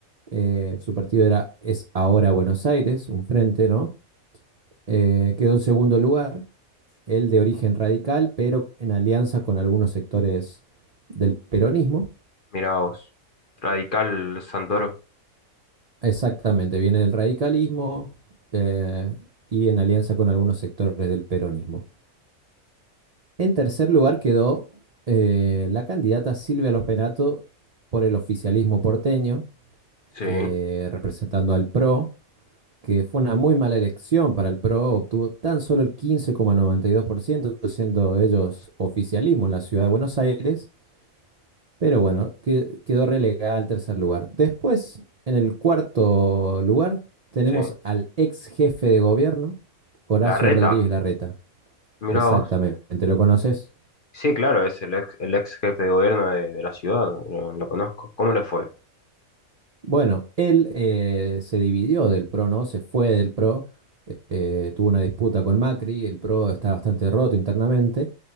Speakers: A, on the right; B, on the left.
A: eh, su partido era Es Ahora Buenos Aires, un frente, ¿no? Eh, quedó en segundo lugar, el de origen radical, pero en alianza con algunos sectores del peronismo.
B: mira vos. Radical Santoro.
A: Exactamente, viene del radicalismo eh, y en alianza con algunos sectores del peronismo. En tercer lugar quedó eh, la candidata Silvia Los Penato por el oficialismo porteño,
B: Sí,
A: que representando al PRO, que fue una muy mala elección para el PRO, obtuvo tan solo el quince coma noventa y dos por ciento
B: Uf.
A: siendo ellos oficialismo en la ciudad de Buenos Aires, pero bueno, que- quedó relegada al tercer lugar. Después, en el cuarto lugar, tenemos
B: sí.
A: al ex jefe de gobierno, Horacio
B: La reta,
A: Rodríguez Larreta.
B: mira
A: Exactamente,
B: vos.
A: ¿lo conoces?
B: Sí, claro, es el ex, el ex jefe de gobierno de, de la ciudad, lo, lo conozco. ¿Cómo le fue?
A: Bueno, él eh, se dividió del PRO, ¿no? Se fue del PRO, eh, tuvo una disputa con Macri, el PRO está bastante roto internamente,